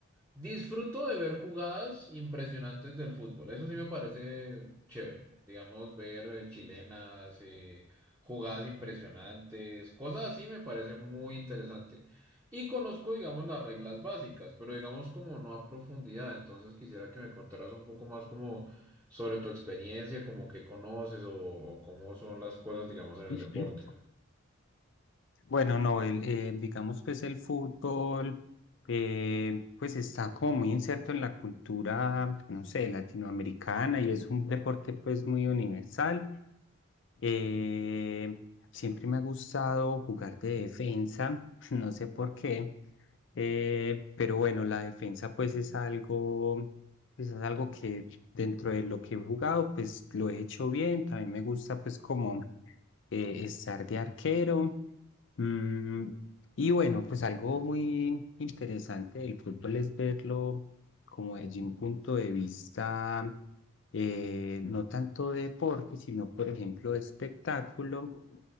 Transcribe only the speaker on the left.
Ujú.
Bueno, no, el, eh, digamos pues el fútbol eh, pues está como muy inserto en la cultura, no sé, latinoamericana y es un deporte pues muy universal. Eh, siempre me ha gustado jugar de defensa, <laughs> no sé por qué, eh, pero bueno, la defensa pues es algo, pues es algo que dentro de lo que he jugado pues lo he hecho bien, también me gusta pues como eh, estar de arquero. Mm, y bueno, pues algo muy interesante del fútbol es verlo como desde un punto de vista eh, no tanto de deporte, sino por ejemplo de espectáculo